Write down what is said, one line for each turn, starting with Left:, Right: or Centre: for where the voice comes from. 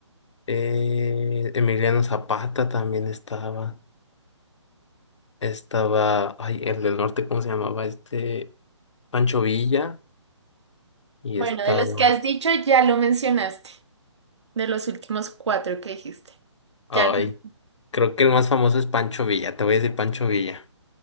Left: eh, Emiliano Zapata también estaba, estaba, ay, el del norte, ¿cómo se llamaba? Este, Pancho Villa, y
Right: Bueno,
Left: estaba,
Right: de los que has dicho, ya lo mencionaste. De los últimos cuatro que dijiste.
Left: ay,
Right: Ya. lo-
Left: creo que el más famoso es Pancho Villa, te voy a decir Pancho Villa.